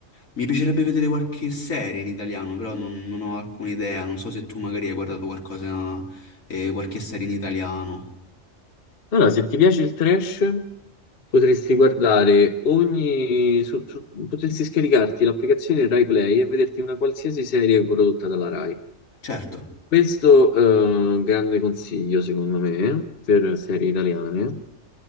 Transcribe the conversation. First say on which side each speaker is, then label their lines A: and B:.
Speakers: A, on the left; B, on the left.
A: mi piacerebbe vedere qualche serie in italiano, però non, non ho alcuna idea, non so se tu magari hai guardato qualcosa, eh, qualche serie in italiano.
B: Allora, se ti piace il trash, potresti guardare ogni... su- su- potresti scaricarti l'applicazione Rai Play e vederti una qualsiasi serie prodotta dalla Rai.
A: Certo.
B: Questo è un grande consiglio, secondo me, per serie italiane.